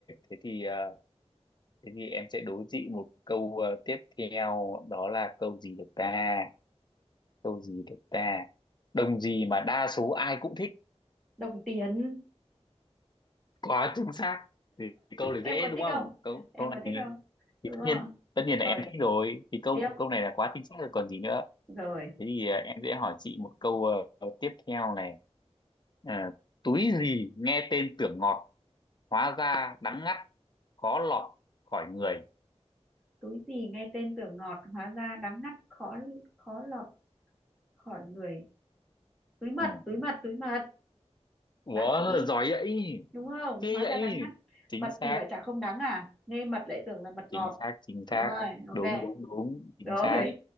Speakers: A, on the left; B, in the centre.
A: thế thì ờ, Thế thì em sẽ đố chị một câu ờ, tiếp theo đó là câu gì được ta? Câu gì được ta? Đồng gì mà đa số ai cũng thích
B: đồng tiền
A: quá chính xác. Thì câu này
B: em
A: dễ
B: có
A: đúng
B: thích
A: không?
B: không
A: Câu
B: em
A: câu này
B: có thích
A: thì,
B: không
A: thì
B: đúng rồi
A: tất nhiên tất nhiên
B: rồi
A: là em thích rồi. Thì câu
B: tiếp
A: câu này là quá chính xác rồi còn gì nữa.
B: rồi
A: Thế thì ờ, em sẽ hỏi chị một câu ờ, tiếp theo này. À, túi gì nghe tên tưởng ngọt hóa ra đắng ngắt khó lọt khỏi người.
B: túi gì nghe tên tưởng ngọt hóa ra đắng ngắt khó khó lọt khỏi người túi mật
A: Ừ.
B: túi mật túi mật
A: Wow,
B: bác sĩ
A: giỏi vậy.
B: đúng không
A: Thế
B: hóa
A: vậy.
B: ra đắng ngắt
A: Chính
B: mật
A: xác
B: thì lại chả không đắng à nghe mật lại tưởng là mật ngọt
A: chính xác chính
B: đúng
A: xác
B: rồi ok
A: đúng đúng đúng chính
B: rồi
A: xác